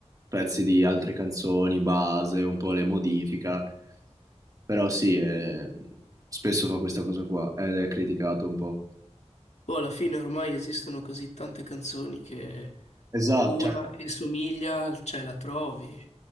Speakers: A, on the right; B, on the left.
A: pezzi di altre canzoni, base, un po' le modifica, però sì, eh, spesso fa questa cosa qua ed è criticato un po'.
B: boh, alla fine ormai esistono così tante canzoni che
A: Esatto,
B: una
A: Cioè,
B: che somiglia, cioè la trovi.